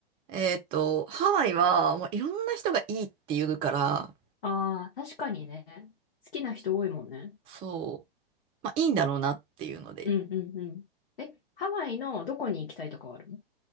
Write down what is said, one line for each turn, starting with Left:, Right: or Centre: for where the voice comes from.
Right: えーっと、ハワイはもういろんな人がいいって言うから、
Left: ああ、確かにね。好きな人多いもんね。
Right: そう、まあいいんだろうなっていうので
Left: うんうんうん。え、ハワイのどこに行きたいとかはあるの